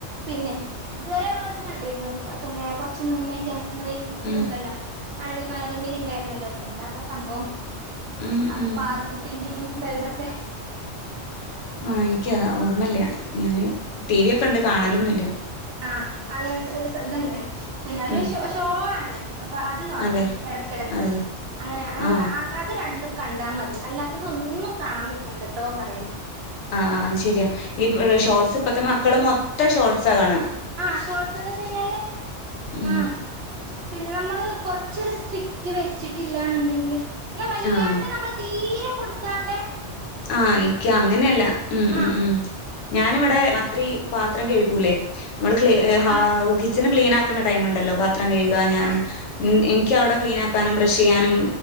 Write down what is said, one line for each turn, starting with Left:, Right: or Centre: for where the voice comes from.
Right: പിന്നെ <unintelligible> ഇത് വരെ ഓള് ഇത് കണ്ടിര്ന്നു പിന്നെ കോർച്ച് മുന്നേക്കെ <unintelligible>
Left: ഉം
Right: മഴവിൽ മനോരമയിൽ ഇണ്ടായിരുന്നല്ലേ പ്പ എന്താപ്പാ സംഭവം
Left: ഉം
Right: <unintelligible>
Left: ഉം
Right: പാറു കുട്ടി എങ്ങനെ <unintelligible>
Left: ആ ഇൻക്ക്‌ ആബം ർമല്ല ഞാന് ടീവിക്കെ ഇണ്ട് കാണലൊന്നുല്ല
Right: ആ അയ് <unintelligible> ത്ണ്ട് പിന്നെ
Left: ഉം
Right: ശോ ശോ ആണ് അത് കാണും
Left: അതെ
Right: എടകെടക്ക്‌
Left: അതെ
Right: അങ്ങനെ <unintelligible>
Left: ആഹ്
Right: അത് കണ്ട് കണ്ടാ മതി അല്ലാത്തതൊന്നും കാണാൻ നികണ്ടട്ടോ പറേലാ
Left: ആ ആഹ് ശരിയാ <unintelligible> ഷോട്സ് ഇപ്പത്തെ മക്കള് മൊത്തം ഷോട്സാ കാണ
Right: ആ ഷോഡ്സെന്ന് വെച്ച് കഴിഞ്ഞാല്
Left: ഉം
Right: ആ പിന്നെ നമ്മള് കോ ചില സ്ട്രിക്റ്റ് വെച്ചിട്ടില്ലാന്നുണ്ടെങ്കില് ഇവിടെ വല്ലാണ്ട്
Left: ആഹ്
Right: നമ്മൾ തീരെ കൊടുക്കാണ്ടേ
Left: ആഹ് ആയിരിക്കും അങ്ങനെ അല്ല ഉം
Right: ആഹ്
Left: ഉം ഉം ഞാൻ ഇവിടെ രാത്രി പാത്രം കഴുകൂലേ നമ്മള് ക്ലി ഹ
Right: ആഹ്
Left: കിച്ചണ് ക്ലീനാ ക്കുന്ന ടൈം ഉണ്ടല്ലോ പ ത്രം കഴുക ഞാന്
Right: ആഹ്
Left: എനി എനിക്ക് ക്കവിടെ ക്ലീൻ ആക്കാനും ബ്രഷ് ചെയ്യാനും